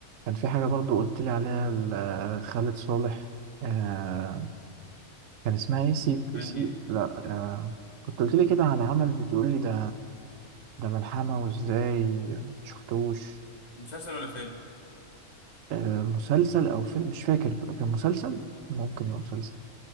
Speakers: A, on the right (about 70°); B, on the left (about 30°).
A: كان في حاجه برضو قلت لي عليها ل- آه، خالد صالح آه، كان اسمها ايه سيب
B: انهي
A: سيب
B: دي
A: لا آه، كنت قلت لي كده على عمل بتقول لي ده ده ملحمه وازاي شفتوش
B: مسلسل ولا فيلم
A: آه، مسلسل او فيلم مش فاكر كان مسلسل ممكن يبقى مسلسل